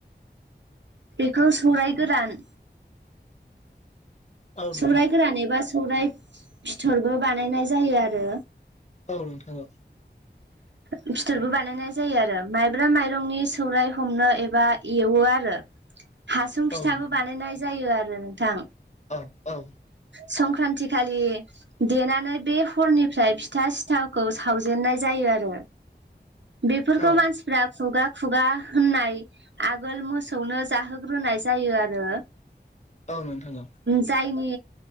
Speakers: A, on the right; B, on the left.
A: बेखौ सौराय गोदान
B: औ नोंथां
A: सौराय गोरान ए बा सौराय बिथिथरबो बानायनाय जायो आरो।
B: औ औ।
A: फिथोरबो बानायनाय जायो आरो माइब्रा माइरंनि सौराय हमनो एबा एवो आरो हासुं
B: औ
A: फिथाबो
B: औ नोंथां
A: बानायनाय जायो आरो नोंथां
B: औ औ
A: संक्रान्ति खालि देनानै बे हरनिफ्राय फिथा सिथावखौ सावजेननाय जायो आरो। बेफोरखौ
B: औ
A: मानसिफ्रा खुगा खुगा होननाय आगोल मोसौनो जाहोग्रोनाय जायो आरो
B: औ नोंथां औ
A: जायनि